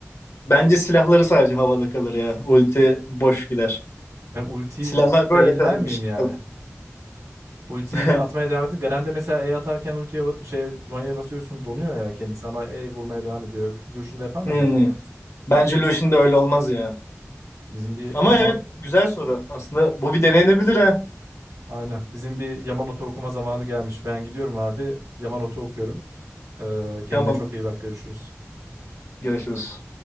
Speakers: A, on the left (about 65°); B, on the right (about 85°).
A: Bence silahları sadece havada kalır ya. Ulti boş gider.
B: Yani ultiyi
A: Silahlar böyle
B: failler
A: kalır
B: miyim
A: bir şey
B: yani?
A: kalır.
B: Ultiyi
A: <laughs>
B: atmaya devam ediyor. Garen'de mesela E atarken ultiye ba- şey Zhonya'ya basıyorsun donuyor ya kendisi ama E vurmaya devam ediyor. Lucian'da yapar mı
A: Hmm.
B: acaba onu?
A: Bence Lucian'da öyle olmaz ya.
B: Bizim bir
A: Ama
B: Yaman
A: evet güzel soru. Aslında bu bir denenebilir ha.
B: aynen. Bizim bir Yamanote okuma zamanı gelmiş. Ben gidiyorum abi. Yamanote okuyorum. Ee, kendine
A: Tamam.
B: çok iyi bak görüşürüz.
A: Görüşürüz.